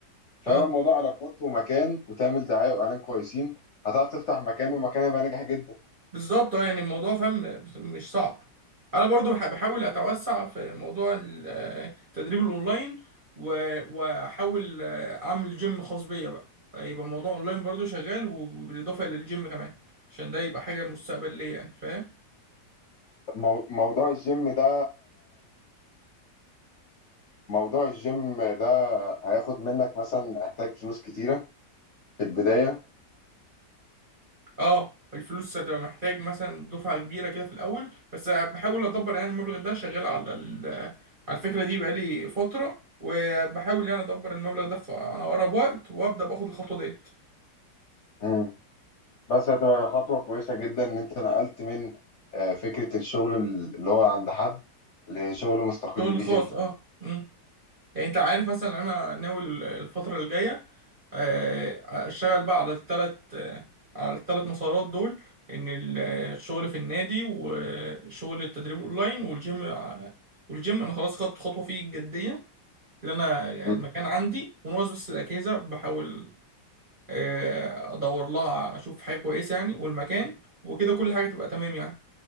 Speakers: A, on the left (about 55°); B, on the right (about 40°).
A: فهو
B: اه
A: الموضوع علاقات ومكان وتعمل دعاية وإعلان كويسين هتعرف تفتح مكان ومكان هيبقى ناجح جدا
B: بالظبط اه يعني الموضوع فاهم مش صعب انا برضو بح- بحاول اتوسع في موضوع ال- التدريب الاونلاين و- واحاول آه، اعمل جيم خاص بيا بقى يبقى الموضوع اونلاين برضو شغال وبالاضافه للجيم كمان عشان ده يبقى حاجه مستقبليه يعني فاهم
A: مو- موضوع الجيم ده موضوع الجيم ده هياخد منك مثلا هيحتاج فلوس كتيرة في البداية
B: اه الفلوس هتبقى محتاج مثلا دفعه كبيره كده في الاول بس بحاول ادبر يعني المبلغ ده شغال على ال- على الفكره دي بقالي فتره وبحاول يعني ادبر المبلغ ده في انا اقرب وقت وابدا باخد الخطوه ديت
A: مم. بس هتبقى خطوة كويسة جدا إن أنت نقلت من آه، فكرة الشغل اللي هو عند حد لشغل مستقل
B: شغل
A: بيك
B: خاص
A: أنت
B: اه مم. يعني انت عارف مثلا انا ناوي ال- الفترة اللي جاية آه، اشتغل بقى على التلات آه، على التلات مسارات دول ان ال- الشغل في النادي وشغل التدريب اونلاين والجيم آه، والجيم انا خلاص خدت خطوة فيه جدية اللي انا يعني
A: مم.
B: المكان عندي وناقص بس الاجهزة بحاول آه، ادور لها اشوف حاجة كويسة يعني والمكان وكده كل حاجة تبقى تمام يعني